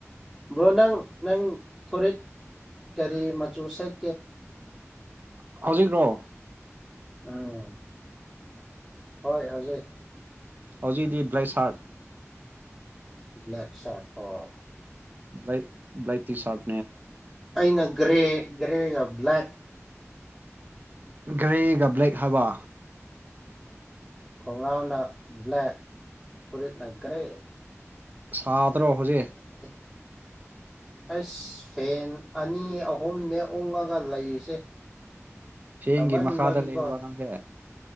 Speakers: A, in the centre; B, on the right (about 40°).
A: ꯕ꯭ꯔꯣꯅꯪ ꯅꯪ ꯐꯨꯔꯤꯠ ꯀꯔꯤ ꯃꯆꯨ ꯁꯦꯠ
B: <inaudible>
A: ꯑꯥ ꯍꯣꯏ ꯍꯧꯖꯤꯛ
B: ꯍꯧꯖꯤꯛꯗꯤ ꯕ꯭ꯂꯦꯁꯥꯔꯠ
A: ꯕ꯭ꯂꯦꯛ ꯁꯣꯠ ꯑꯣ
B: ꯕ꯭ꯂ ꯕ꯭ꯂꯥꯏꯠ ꯇꯤ ꯁꯔꯠ
A: ꯑꯩꯅ ꯒ꯭ꯔꯦ ꯒ꯭ꯔꯦꯒ ꯕ꯭ꯂꯦꯛ
B: ꯒ꯭ꯔꯦꯒ ꯕ꯭ꯂꯦꯛ ꯍꯥꯕ
A: ꯎꯝꯅ ꯕ꯭ꯂꯅ ꯀ꯭ꯔꯦ
B: ꯁꯥꯗ꯭ꯔꯣ ꯍꯧꯖꯤ
A: <inaudible> ꯑꯩꯁ ꯐꯦꯟ ꯑꯅꯤ ꯑꯍꯨꯝꯅꯦ ꯑꯣꯉꯒ ꯂꯩꯔꯤꯁꯦ
B: ꯆꯦꯡꯒꯤ
A: ꯁꯥꯃꯟꯕꯒꯤꯀꯣ
B: ꯃꯈꯥꯗ ꯂꯩꯕ ꯅꯪꯍꯦ